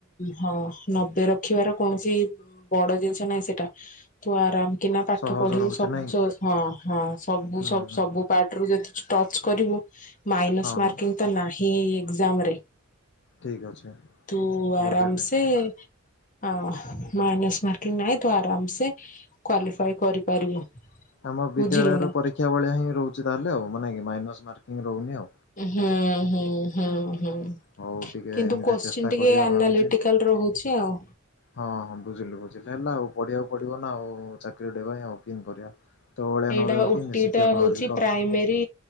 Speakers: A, on the left; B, on the left.
A: ହଁ ନବେ ରଖିବାର କୌଣସି ଇ ବଡ ଜିନିଷ ନାହିଁ ସେଇଟା ତୁ ଆରାମ କିନା ପାଠ
B: ସହଜ
A: ପଢ଼ିବୁ
B: ରହୁଛି
A: ସବୁଜ
B: ନାଇଁ କି?
A: ହଁ ହଁ ସବୁୁ
B: ହୁଁ
A: ସ
B: ହୁଁ
A: ସବୁ
B: ହୁଁ
A: ପାର୍ଟରୁ ଯେ ଷ୍ଟଚ୍ କରିବୁ ମାଇନସ
B: ହଁ
A: ମାର୍କିଂ
B: ହଁ
A: ତ ନାହି ଏ ଏଗଜାମରେ
B: ଠିକ୍ ଅଛି
A: ତୁ
B: ବୁଝିଲି।
A: ଆରାମ ସେ ହଁ ମାଇନସ୍ ମାର୍କିଂ ନାଇ ତୁ ଆରାମ ସେ କ୍ଵାଲିଫାଏ କରିପାରିବୁ
B: ଆମ ବିଦ୍ୟାଳୟରେ
A: ବୁଝିଲୁ ନା
B: ପରୀକ୍ଷା ଭଳିଆ ହିଁ ରହୁଛି ତାହେଲେ ଆଉ ମାନେ କି ମାଇନସ ମାର୍କିଂ ରହୁନି ଆଉ
A: ହୁଁ ହୁଁ ହୁଁ ହୁଁ
B: ହଉ ଟିକେ
A: କିନ୍ତୁ
B: ଏମିତି
A: କୋଶ୍ଚିନ୍
B: ଚେଷ୍ଟା
A: ଟିକେ
B: କରିବା
A: ଆନାଲିଟିକାଲ
B: ଭାବିଛି।
A: ରହୁଛି ଆଉ।
B: ହଁ ହଁ ବୁଝିଲୁ ବୁଝିଲୁ ହେଲା ଆଉ ପଢ଼ିବାକୁ ପଡ଼ିବ ନା ଆଉ <unintelligible> କରିବା। ତୋ ଭଳିଆ
A: ଏଇଟା
B: ନହେଲେ ଆଉ
A: ଓ
B: କେମିତି
A: ଟି
B: ଶିକ୍ଷକ
A: ଟା ହଉଛି
B: ହେବି କହ
A: ପ୍ରାଇମେରୀ